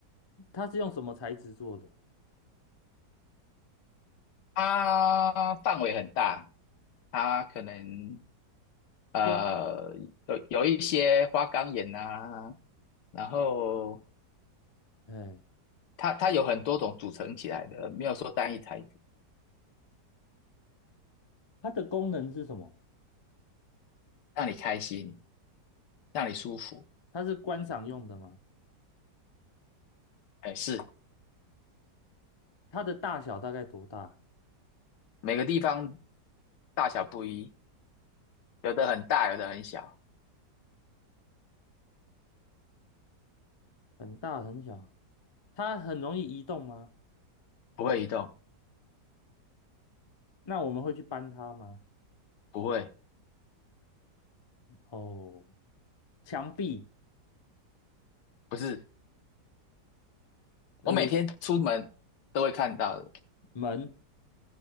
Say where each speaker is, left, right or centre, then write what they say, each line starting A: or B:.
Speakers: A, on the left; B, on the left.
A: 它是用什么材质做的？
B: 它范围很大，它可能呃有有一些花岗岩啊，
A: 天空。
B: 然后
A: 哎，
B: 它它有很多种组成起来的，没有说单一材质，
A: 它的功能是什么？
B: 让你开心，让你舒服。
A: 它是观赏用的吗？
B: 哎，是
A: 它的大小大概多大？
B: 每个地方大小不一，有的很大，有的很小，
A: 很大很小。它很容易移动吗？
B: 不会移动，
A: 那我们会去搬它吗？
B: 不会，
A: 哦，墙壁，
B: 不是。
A: 嗯，
B: 我每天出门都会看到的，
A: 门，